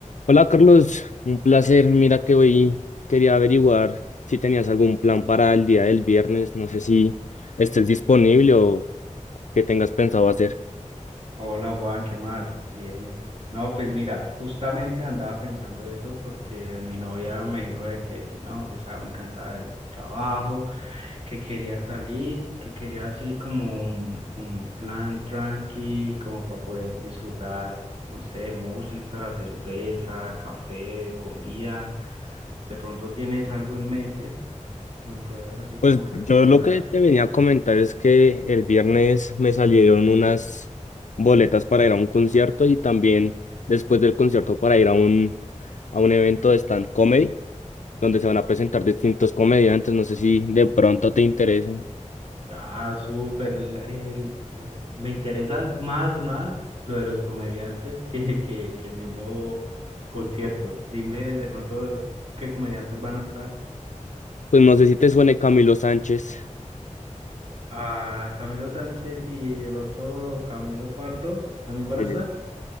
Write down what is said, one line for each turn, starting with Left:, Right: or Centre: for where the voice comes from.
Left: Hola Carlos, un placer. Mira que hoy quería averiguar si tenías algún plan para el día del viernes. No sé si estés disponible o qué tengas pensado hacer.
Right: Hola Juan, ¿qué más? Bien. No, pues mira, justamente andaba pensando eso porque mi novia me dijo de que, que no, que estaba muy cansada del trabajo, que quería salir, que quería así como un, un plan tranqui, como para poder disfrutar, no sé, música, cerveza, café, comida. ¿De pronto tienes algo en mente que me puedas así como
Left: Pues
Right: recomendar?
Left: yo lo que te venía a comentar es que el viernes me salieron unas boletas para ir a un concierto y también después del concierto para ir a un, a un evento de stand comedy donde se van a presentar distintos comediantes. No sé si de pronto te interesen.
Right: Ah, súper. el- el- el- me interesa más, más lo de los comediantes que, que, que el mismo concierto. Dime de pronto qué comediantes van a estar.
Left: Pues no sé si te suene Camilo Sánchez.
Right: Ah, Camilo Sánchez y el otro Camilo Pardo también van
Left: eh,
Right: a estar.